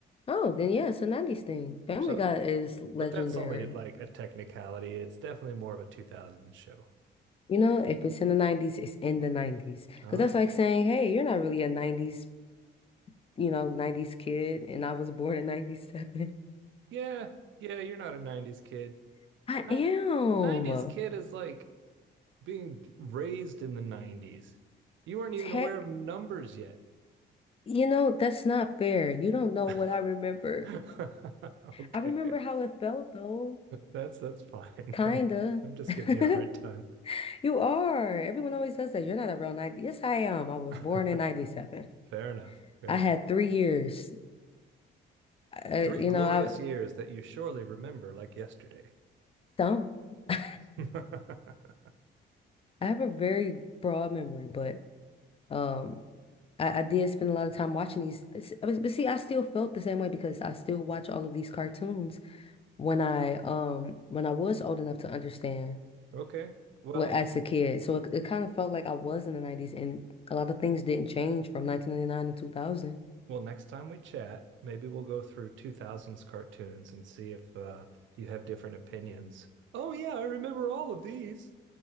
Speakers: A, on the left; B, on the right.
A: Oh, then yeah, it's a 90s thing. Family
B: So,
A: Guy is legendary.
B: but that's only like a technicality. It's definitely more of a 2000s show.
A: You know, if it's in the 90s, it's in the 90s.
B: All
A: Because
B: right.
A: that's like saying, hey, you're not really a 90s, you know, 90s kid, and I was born in 97.
B: Yeah, yeah. You're not a 90s kid.
A: <laughs> I
B: Nin-
A: am.
B: 90s kid is like being raised in the 90s. You weren't even
A: Tech,
B: aware of numbers yet.
A: you know, that's not fair. You don't know
B: <laughs>
A: what I remember.
B: <laughs> Okay.
A: I remember how it felt though,
B: That's that's fine.
A: kinda.
B: <laughs> I'm I'm just
A: <laughs>
B: giving you a hard time.
A: You are. Everyone always says that. You're not a real 90. Yes, I am. I was
B: <laughs>
A: born in 97.
B: Fair enough. Fair
A: I
B: enough.
A: had three years. I,
B: Three
A: you
B: glorious
A: know, I
B: years that you surely remember like yesterday.
A: some. <laughs> I
B: <laughs>
A: have a very broad memory, but um, I, I did spend a lot of time watching these. it's- I was- But see, I still felt the same way because I still watch all of these cartoons when I um when I was old enough to understand
B: Okay. Well,
A: what as a kid. So it, it kind of felt like I was in the 90s, and a lot of things didn't change from 1999 to 2000.
B: well, next time we chat, maybe we'll go through 2000s cartoons and see if uh, you have different opinions. Oh yeah, I remember all of these.